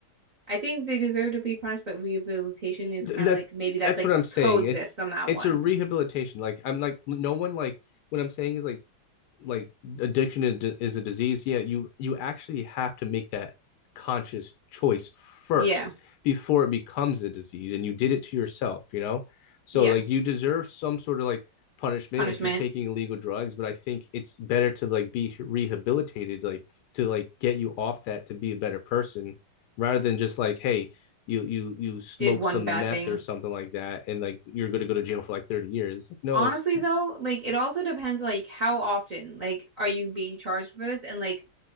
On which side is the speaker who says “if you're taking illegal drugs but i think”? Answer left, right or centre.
Left